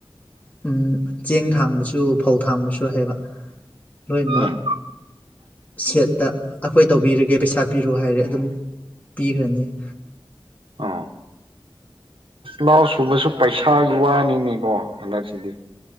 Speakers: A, on the left (about 20°); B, on the right (about 75°).
A: ꯎꯝ ꯆꯦꯡ ꯊꯥꯡꯕꯁꯨ ꯐꯧ ꯊꯥꯡꯕꯁꯨ ꯍꯥꯏꯕ ꯂꯣꯏꯅꯃꯛ
B: ꯎꯝ
A: ꯁꯦꯠꯇ ꯑꯩꯈꯣꯏ ꯇꯧꯕꯤꯔꯒꯦ ꯄꯩꯁꯥ ꯄꯤꯔꯣ ꯍꯥꯏꯔꯦ ꯑꯗꯨꯝ ꯄꯤꯔꯅꯤ
B: ꯑ ꯂꯥꯎ ꯁꯨꯕꯁꯨ ꯄꯩꯁꯥꯒꯤ ꯋꯥꯅꯤꯅꯦꯀꯣ ꯍꯟꯗꯛꯁꯤꯗꯤ